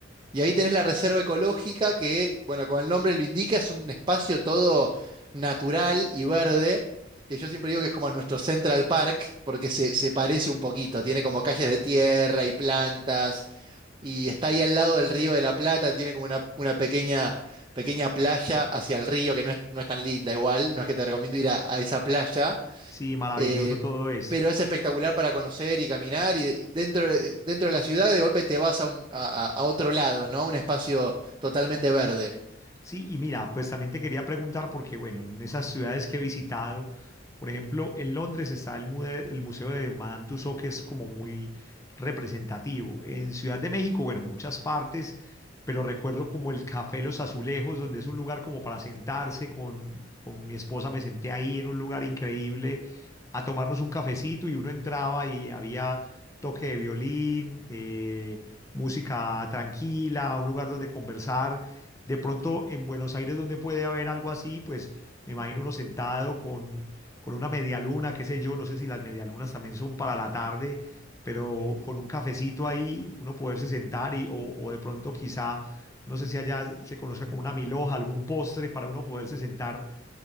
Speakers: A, on the right; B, on the left.
A: Y ahí tenés la reserva ecológica que, bueno, como el nombre lo indica, es un espacio todo natural y verde, que yo siempre digo que es como nuestro Central Park, porque se, se parece un poquito, tiene como calles de tierra y plantas, y está ahí al lado del río de la Plata, tiene como una, una pequeña, pequeña playa hacia el río, que no es, no es tan linda igual, no es que te recomiendo ir a a esa playa
B: Sí, maravilloso
A: eh,
B: todo eso.
A: pero es espectacular para conocer y caminar y dentro, de- dentro de la ciudad de golpe te vas a, un- a- a- a otro lado, ¿no? Un espacio totalmente verde.
B: Sí, y mira, pues también te quería preguntar porque, bueno, en esas ciudades que he visitado, por ejemplo, en Londres está el, mude- el Museo de Madame Tussauds, que es como muy representativo. En Ciudad de México, bueno, muchas partes, pero recuerdo como el Café Los Azulejos, donde es un lugar como para sentarse con, con mi esposa, me senté ahí en un lugar increíble a tomarnos un cafecito y uno entraba y había toque de violín, eh, música tranquila, un lugar donde conversar de pronto en Buenos Aires, donde puede haber algo así, pues me imagino uno sentado con, con una media luna, qué sé yo, no sé si las medialunas también son para la tarde, pero con un cafecito ahí, uno poderse sentar y, o, o de pronto quizá, no sé si allá se conozca como una milhoja, algún postre para uno poderse sentar,